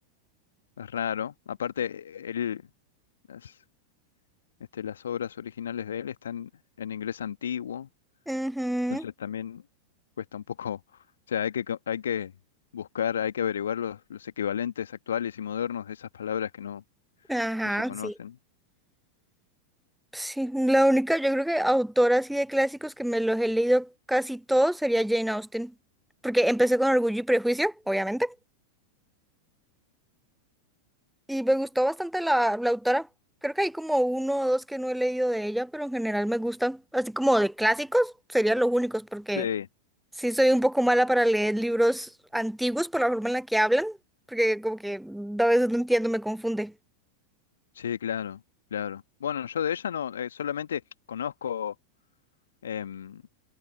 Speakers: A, on the left; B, in the centre.
A: es raro. Aparte, él, las, este, las obras originales de él están en inglés antiguo,
B: Ujú,
A: Entonces también cuesta un poco, <laughs> o sea, hay que, co- hay que buscar, hay que averiguar los, los equivalentes actuales y modernos de esas palabras que no,
B: Ajá,
A: no se conocen.
B: sí. Sí, la única, yo creo que autora así de clásicos que me los he leído casi todos sería Jane Austen, porque empecé con Orgullo y Prejuicio, obviamente, y me gustó bastante la, la autora. Creo que hay como uno o dos que no he leído de ella, pero en general me gustan. Así como de clásicos, serían los únicos, porque...
A: Sí.
B: Sí, soy un poco mala para leer libros antiguos por la forma en la que hablan, porque como que a veces no entiendo, me confunde.
A: Sí, claro, claro. Bueno, yo de ella no, eh, solamente conozco, em,